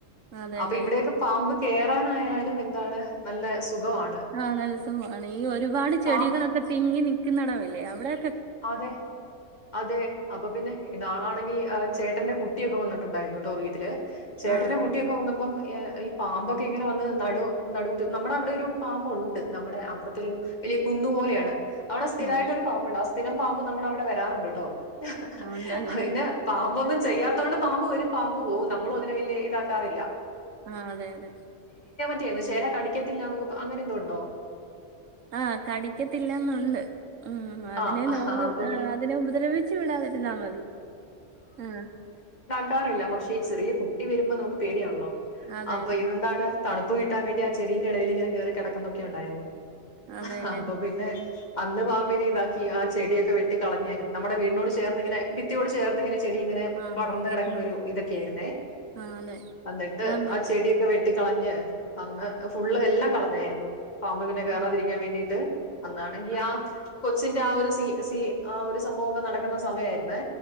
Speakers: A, on the right; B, on the left.
A: അതെല്ലേ
B: അപ്പൊ ഇവിടെക്കെ പാമ്പ് കേറാനായാലും എ എന്താണ് നല്ല സുഖമാണ്.
A: ആഹ നല്ല സുഖമാണ് ഈ ഒരുപാട് ചെടികളൊക്കെ
B: പാമ്പ്
A: തിങ്ങിനി <unintelligible> നടവല്ലേ അവിടെ
B: അതെ അതെ അപ്പൊ പിന്നെ നാളാണെങ്കി ചേട്ടന്റെ കുട്ടി ഒക്കെ വന്നിട്ട് ട്ടുണ്ടായിരുന്നു കേട്ടോ വീട്ടി ല് ചേട്ടന്റെ
A: ആഹ്
B: കുട്ടിയൊക്കെ വന്നപ്പം ഈ ഈ പാമ്പൊക്കെ ഇങ്ങനെ വന്ന് നടു നടുമുറ്റ നമ്മുടെ അവിടെ ഒരു പാമ്പുണ്ട് നമ്മുടെ അപ്പുറത്തെ ഒരു വലിയ കുന്നു പോലെയാണ് അവിടെ സ്ഥിരമായിട്ട്
A: ആഹ്
B: ഒരു പാമ്പ്ണ്ടാവും സ്ഥിരം പാമ്പ് നമ്മള അവിടെ വരാറുണ്ട്ട്ടോ ഹഹ
A: ഉണ്ടല്ലേ
B: അയിന് പാമ്പ് ഒന്നും ചെയ്യാത്തൊണ്ട് പാമ്പ് വരും പാമ്പ് പോവും നമ്മളും അതിനെ വലിയ ഇതാക്കാറില്ല
A: ആഹ അതെ അതെ
B: <unintelligible> ചേരാ കടിക്കത്തില്ലനെന്നും അങ്ങനെ എന്തോണ്ടോ
A: ആഹ് കടിക്കത്തില്ലാന്നുണ്ട് ഉം അതിനെ
B: ആഹ്
A: നോവ്
B: അപ്പൊ
A: ആ
B: പിന്നെ
A: അതിനെ ഉപദ്രവിച്ചു വിടാതിരുന്നാ മതി ആ
B: കറില്ല പക്ഷേ ചെറിയ കുട്ടി വമ്പോ നമുക്ക് പേടിയാണള്ളോ
A: അതെ
B: അപ്പൊ
A: അതെ
B: ഇതെന്താണ് തണുപ്പ് കിട്ടാൻ വേണ്ടി ആ ചെടിന്റെ ഇടയിൽ ഇങ്ങനെ കയറി കിടക്കുന്നൊക്കെണ്ടായിരുന്നു
A: അതെല്ലേ
B: അപ്പൊ പിന്നെ അന്ന് പാമ്പിനെ ബാക്കി ആ ചെടിയൊക്കെ വെട്ടി കളഞ്ഞ് നമ്മടെ വീടിനോട് ചേർന്നിങ്ങനെ ഭിത്തിയോട് ചേർന്ന്‌നിങ്ങനെ ചെടി ഇങ്ങനെ
A: ആഹ്
B: പടർന്ന്‌ കിടക്കുന്ന
A: ഉം
B: ഒരു ഇതൊക്കെയായിരുന്നേ
A: ആഹ് അതെ
B: അന്നിട്ട്
A: ആഹ് മ
B: ആ ചെടിയൊക്കെ വെറ്റി ട്ടി കളഞ്ഞ് അന്ന് ഫുൾ എല്ലാം കളഞ്ഞായിരുന്നു പാമ്പ് പിന്നെ കെറാതിരിക്കാൻ
A: ആഹ്
B: വേണ്ടിട്ട് അന്നാണെങ്കി
A: ആഹ്
B: ആ കൊച്ചിന്റെ ആ ഒരു സി സി ആ ഒരു സംഭവം ഒക്കെ നടക്കുന്ന സമയായിരുന്നേ